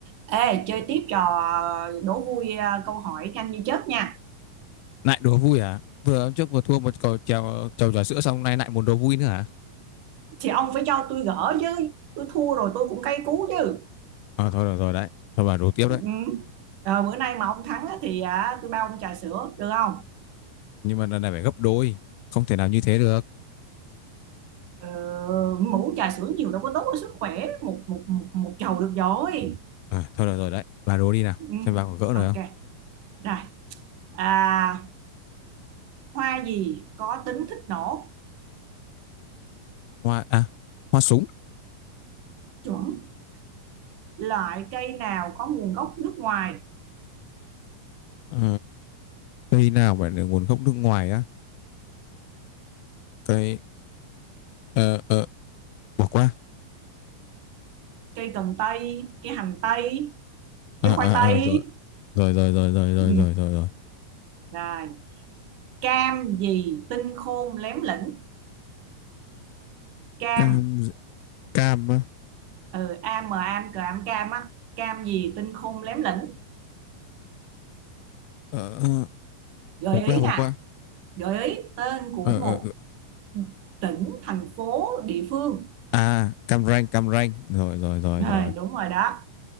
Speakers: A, on the right; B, on the left.
A: Ê, chơi tiếp trò đố vui à, câu hỏi nhanh như chớp nha.
B: lại đố vui à vừa hôm trước vừa thua một cầu trèo trầu trà sữa xong nay lại muốn đố vui nữa hả
A: Thì ông phải cho tôi gỡ chứ. Tôi thua rồi tôi cũng cay cú chứ.
B: à, thôi được rồi đấy thôi bà đố tiếp
A: Ừ.
B: đấy
A: Ờ, bữa nay mà ông thắng á, thì à, tôi bao ông trà sữa, được không?
B: nhưng mà lần này phải gấp đôi không thể nào như thế được
A: Ờ, mà uống trà sữa nhiều đâu có tốt cho sức khỏe. Một, một, một, một chầu được rồi.
B: à, thôi được rồi đấy bà đố đi nào
A: Ừ.
B: xem bà có gỡ rồi
A: Ok,
B: không
A: rồi. À, hoa gì có tính thích nổ?
B: hoa à hoa súng
A: Chuẩn. Loại cây nào có nguồn gốc nước ngoài?
B: Ờ, cây nào mà được nguồn gốc nước ngoài á cây ờ ờ bỏ qua
A: Cây cần tây, cây hành tây,
B: à,
A: cây
B: à,
A: khoai tây.
B: à, rồi rồi rồi rồi rồi rồi
A: Ừ.
B: rồi rồi rồi
A: Rồi. cam gì tinh khôn lém lĩnh cam
B: cam cam á.
A: ừ am mà am cờ am cam á cam gì tinh khôn lém lĩnh
B: ờ ờ,
A: gợi
B: bỏ qua
A: ý
B: bỏ
A: nè
B: qua
A: gợi ý tên của
B: ờ
A: một
B: ờ ờ.
A: tỉnh thành phố địa phương
B: à cam ranh cam ranh rồi rồi rồi
A: rồi
B: rồi
A: đúng rồi đó